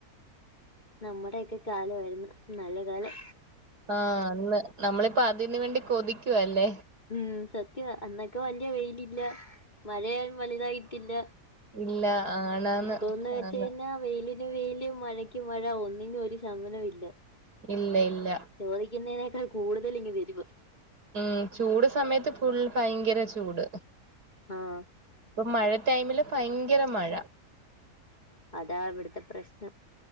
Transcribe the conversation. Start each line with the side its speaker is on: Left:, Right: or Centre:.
Left: നമ്മുടെ ഒക്കെ കാലമായിരുന്നു നല്ല കാലം
Right: ആഹ് അന്ന് നമ്മളിപ്പോ അതിന് വേണ്ടി കൊതിക്കുവാ അല്ലേ
Left: ആഹ് സത്യവാ അന്നൊക്കെ വല്യ വെയിലില്ല മഴയാലും വലുതായിട്ടില്ല
Right: ഇല്ല ആണാന്ന്
Left: ഇപ്പൊന്ന് വെച്ച്
Right: ആന്ന്
Left: കഴിഞ്ഞാ വെയില് ന് വെയില് മഴയ്ക്ക് മഴ ഒന്നിനും ഒരു ശമനം ഇല്ല
Right: ഇല്ല ഇല്ല
Left: ചോദിക്കുന്നതിനതിനേക്കാൾ കൂടുതൽ ഇങ്ങ് വരുവാ
Right: ആഹ് ചൂട് സമയത്ത് ഫുൾ ഭയങ്കര ചൂട്
Left: ആഹ
Right: ഇപ്പ മഴ ടൈമില് ഭയങ്കര മഴ
Left: അതാ ഇവട്ത്തെ പ്രശ്നം